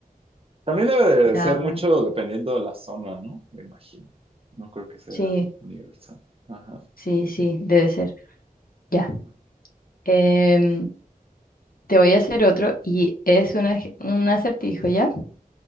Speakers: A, on the right (about 40°); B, on the left (about 70°).
A: También debe
B: Ya,
A: de ser
B: bueno.
A: mucho dependiendo de la zona, ¿no? Me imagino. No creo que sea
B: Sí,
A: universal. Ajá.
B: sí, sí, debe ser. Ya.
A: <laughs>
B: Em, te voy a hacer otro y es un, ej- un acertijo, ¿ya?